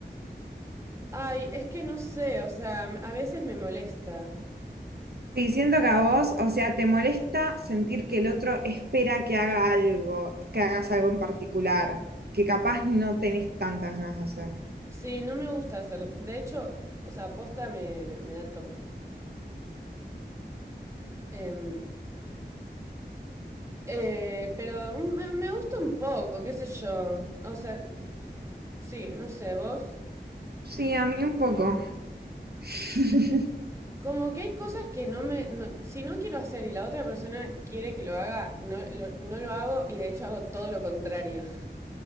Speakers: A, on the right; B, on the right.
A: Ay, es que no sé, o sea, a veces me molesta.
B: Sí, siento que a vos, o sea, te molesta sentir que el otro espera que haga algo, que hagas algo en particular, que capaz no tenés tantas ganas de hacer.
A: Sí, no me gusta hacer, de hecho, o sea, posta me, me da toque. Em, eh, pero me, me gusta un poco, qué sé yo. O sea, sí, no sé, vos.
B: Sí, a mí un poco. <laughs>
A: Como que hay cosas que no me... no- si no quiero hacer y la otra persona quiere que lo haga, no lo, no lo hago y de hecho hago todo lo contrario. <laughs>